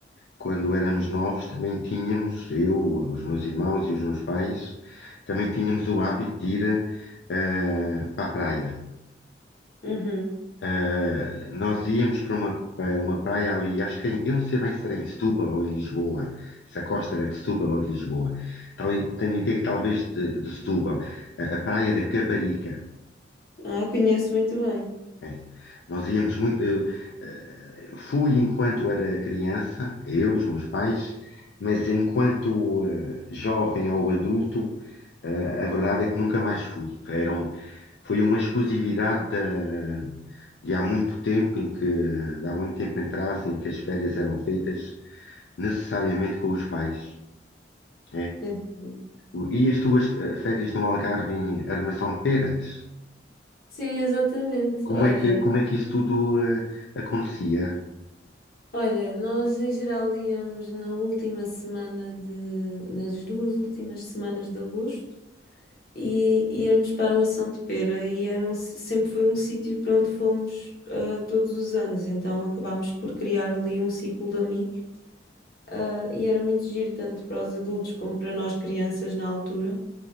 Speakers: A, on the left; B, on the left.
A: quando éramos novos, também tínhamos, eu, os meus irmãos e os meus pais, também tínhamos o hábito de ir eh, para a praia.
B: Uhum.
A: Eh, nós íamos para uma, para uma praia ali, acho que em- eu não sei bem se era em Setúbal ou em Lisboa, se a costa era de Setúbal ou de Lisboa. Tal, tenho a ideia que talvez de, de Setúbal, a, a praia da Caparica.
B: Ah, conheço muito bem.
A: É. Nós íamos muito. Eu, eh, fui enquanto era criança, eu, os meus pais, mas enquanto eh, jovem ou adulto, eh, a verdade é que nunca mais fui. Eram, foi uma exclusividade da- de há muito tempo em que, de há muito tempo atrás, em que as férias eram feitas necessariamente com os pais. É.
B: É verdade.
A: O- E as tuas eh, férias no Algarve em Armação de Peras?
B: Sim, exatamente.
A: Como
B: Olha.
A: é que, como é que isso tudo eh, acontecia?
B: Olha, nós em geral íamos na última semana de, nas duas últimas semanas de agosto e íamos para a Armação de Pera e era um si- sempre foi um sítio para onde fomos ah, todos os anos, então acabámos por criar ali um ciclo de amigos Ah, e era muito giro tanto para os adultos como para nós crianças na altura,